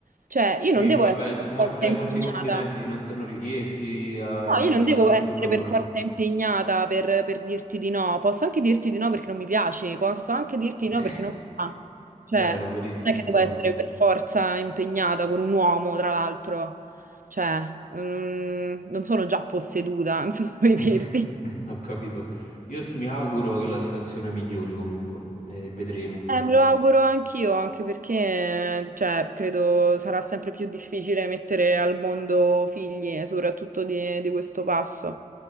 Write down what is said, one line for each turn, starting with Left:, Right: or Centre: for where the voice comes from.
Right: Cioè,
Left: sì,
Right: io non devo
Left: vabbè,
Right: essere
Left: molte-
Right: per forza impegnata.
Left: molti complimenti non sono richiesti, eh,
Right: No,
Left: quindi
Right: io non devo
Left: anche
Right: essere
Left: sul lavoro.
Right: per forza impegnata per, per dirti di no. Posso anche dirti di no perché non mi piaci, posso anche dirti
Left: <laughs> Sì,
Right: di no perché non mi fa. Cioè,
Left: vero, verissimo,
Right: non è che devo
Left: sono-
Right: essere per forza impegnata con un uomo, tra l'altro. Cioè, mm, non sono già posseduta, <laughs> non so come
Left: <laughs>
Right: dirti.
Left: Ho capito. Io s- mi auguro che la situazione migliori comunque, e vedremo.
Right: Eh, me lo auguro anch'io, anche perché, cioè, credo sarà sempre più difficile mettere al mondo figli, eh, soprattutto di, di questo passo.